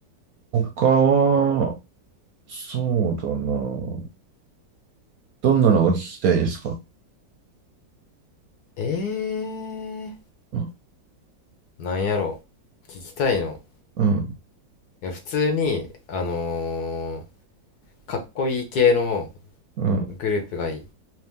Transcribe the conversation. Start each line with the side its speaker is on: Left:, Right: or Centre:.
Right: 他は、そうだな。どんなのが聞きたいですか
Left: えー、
Right: うん。
Left: なんやろ。聞きたいの。
Right: うん。
Left: いや、普通に、あのーかっこいい系の
Right: うん
Left: グループがいい。